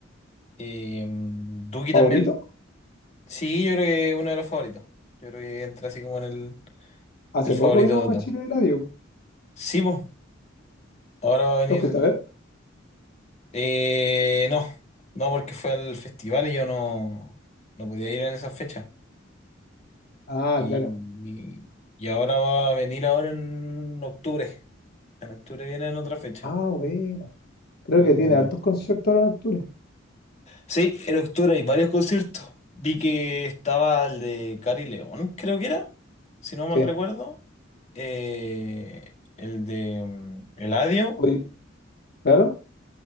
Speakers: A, on the left; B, on the left.
A: Eh, mm, Duki
B: ¿Favorito?
A: también. Sí, yo creo que es uno de los favoritos. Yo creo que entra así como en el,
B: Hace
A: el favorito
B: poco vino
A: total.
B: a Chile Eladio.
A: Sí, pues. Ahora va a venir.
B: ¿Lo fuiste a ver?
A: Eh, no, no, porque fue al festival y yo no, no podía ir en esa fecha.
B: Ah,
A: Y,
B: claro.
A: y y ahora va a venir ahora en octubre. En octubre viene en otra fecha.
B: Ah, buena. Creo
A: Viene
B: que tiene
A: de nuevo.
B: hartos conciertos ahora en octubre.
A: Sí, en octubre hay varios conciertos. Vi que estaba el de Cari León, creo que era, si no mal
B: Sí.
A: recuerdo. Eh, el de mm, Eladio.
B: Hoy, claro.